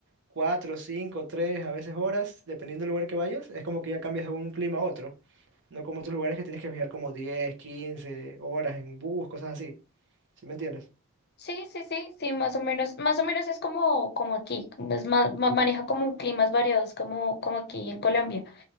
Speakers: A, on the right; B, on the left.
A: cuatro, cinco, tres, a veces horas, dependiendo del lugar que vayas, es como que ya cambias de un clima a otro. No como otros lugares que tienes que viajar como 10 15 horas en bus, cosas así. ¿Sí me entiendes?
B: Sí, sí, sí, sí, más o menos, más o menos es como, como aquí, como es más, ma- maneja como climas variados como, como aquí en Colombia.